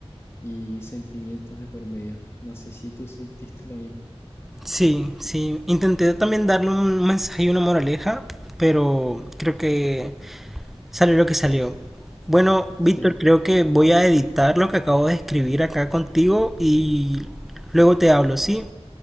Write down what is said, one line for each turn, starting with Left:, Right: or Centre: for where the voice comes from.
Left: y sentimientos de por medio. No sé si tú sentiste lo mismo.
Centre: Sí, sí. Intenté también darle un mensaje y una moraleja, pero creo que salió lo que salió. Bueno, Víctor,
Left: Sí,
Centre: creo que voy a editar lo que acabo de escribir acá contigo y luego te hablo, ¿sí?